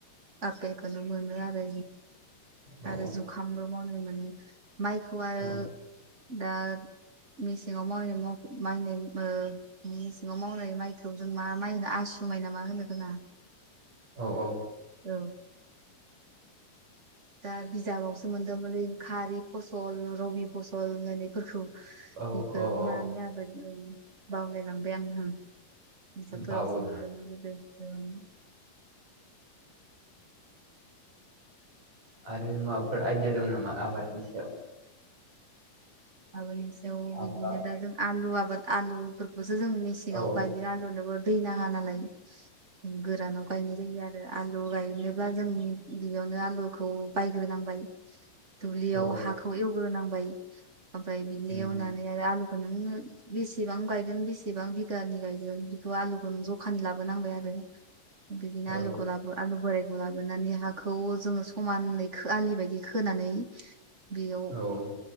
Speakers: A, on the right (about 30°); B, on the right (about 65°).
A: आपेलखौनो मोनो आरो
B: औ
A: आरो जुखामबो मावनाय मोनो माइखौ आरो
B: औ
A: दा मेसेङाव मावनाय माव मनाय मेसेंआव मावनाय माइखौ जों मा माइ होनो आसु आसु माय नामा होनो जोंना
B: औ औ।
A: औ। दा बिजाबावसो मोन्दोंमोनलै खारै फसल रबि फसल होननायफोरखौ।
B: औ
A: बेफोर
B: औ औ
A: मानि आबाद बावलायलांबाय आं। बिजाबफोरसो
B: बावो
A: मोनदोंमोन गोदो ओं।
B: आरो माबाफोर आइडिया दं नामा आबादनि सायाव।
A: आबादनि सायाव
B: आबाद
A: बिदिनो दा जों आलु आबाद आलुफोरखौ। बेखौसो जों मेसेंआव
B: औ
A: आलुनोबो दै नाङा नालाय गोरानाव गायनाय जायो आरो। आलु गायनोब्ला जों बेयावनो आलुखौ बायग्रोनांबाय। दुब्लियाव
B: औ
A: हाखौ एवग्रोनांबाय ओमफ्राय बिनो
B: उम,
A: एवनानै आरो आलु नों बेसेबां गायगोन बेसेबां बिगानि गायगोन बेखौ आलुखौ नों जखानि लाबोनांबाय आरो। बिदिनो
B: औ
A: आलुखौ लाबो आलु बोराय लाबोनानै हाखौ जोङो समानै खो आलि बायदि खोनानै बेयाव
B: औ